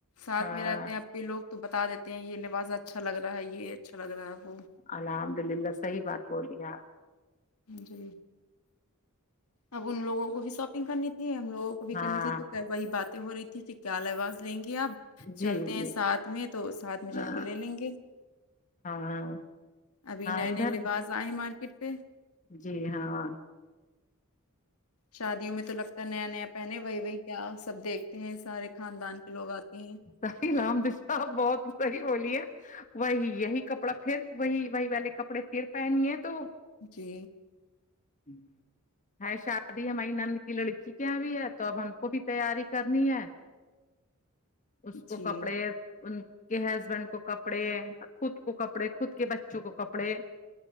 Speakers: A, on the left; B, on the left.
A: ساتھ
B: ہاں
A: میں رہتے ہیں یہ لوگ تو بتا دیتے ہیں یہ لباس اچھا لگ رہا ہے یہ اچھا لگ رہا ہے وہ
B: الحمد للہ صحیح بات بولی ہے آپ
A: جی اب ان لوگوں کو بھی شاپنگ کرنی تھی ہم لوگوں کو بھی
B: ہاں
A: کرنی تھی تو وہی باتیں ہو رہی تھی کہ کیا لباس لیں گے آپ
B: جی
A: چلتے ہیں
B: جی
A: ساتھ میں تو ساتھ میں چل
B: ہاں
A: کے لے لیں گے
B: ہاں
A: ابھی
B: ہاں
A: نئے
B: ادھر
A: نئے لباس آئے ہیں مارکیٹ پہ
B: جی ہاں
A: شادیوں میں تو لگتا ہے نیا نیا پہنے وہی وہی کیا سب دیکھتے ہیں سارے خاندان کے لوگ آتے ہیں
B: صحیح نام د صاحب بہت صحیح بولی ہے وہی یہی کپڑا پھر وہی وہی والے کپڑے پھر پہنیے تو
A: جی
B: ہوں ہے شادی ہماری نند کی لڑکی کے یہاں بھی ہے تو اب ہم کو بھی تیاری کرنی ہے اس کو
A: جی
B: کپڑے ان کے ہسبینڈ کو کپڑے خود کو کپڑے خود کے بچوں کو کپڑے